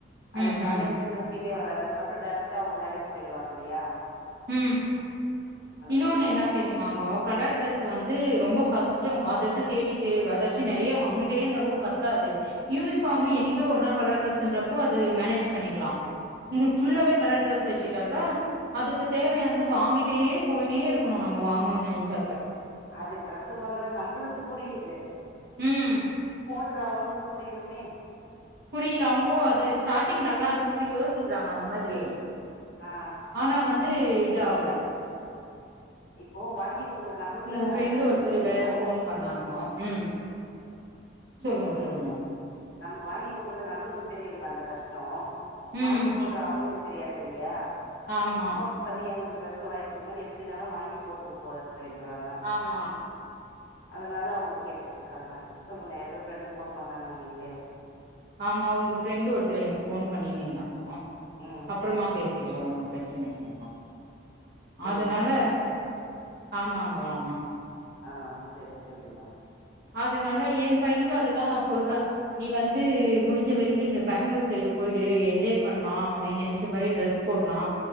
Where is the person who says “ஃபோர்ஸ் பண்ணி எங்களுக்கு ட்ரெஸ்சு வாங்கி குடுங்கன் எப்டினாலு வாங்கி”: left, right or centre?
Left